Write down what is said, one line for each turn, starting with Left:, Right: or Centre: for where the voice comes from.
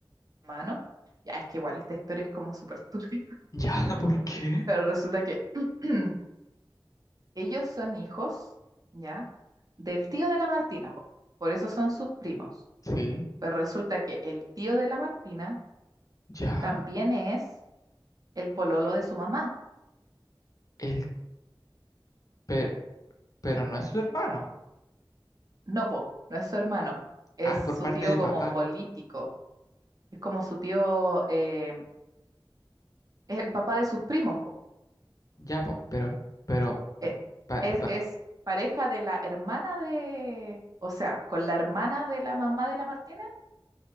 Right: hermano, ya es que igual esta historia es como súper <laughs> turbia.
Left: Ya, <laughs> ¿por qué?
Right: Pero resulta que <clears throat> ellos son hijos, ¿ya? Del tío de la Martina, po. Por eso son sus primos.
Left: Sí,
Right: Pero resulta que el tío de la Martina
Left: ya.
Right: también es el pololo de su mamá.
Left: El, pero, pero no es su hermano.
Right: No, po, no es su hermano, es
Left: Ah, es
Right: su
Left: por parte
Right: tío
Left: de
Right: como
Left: papá.
Right: político. Es como su tío, eh, es el papá de sus primos, po.
Left: Ya, po, pero, pero,
Right: Eh,
Left: mm, pa-
Right: es,
Left: pa-
Right: es pareja de la hermana de, o sea, con la hermana de la mamá de la Martina,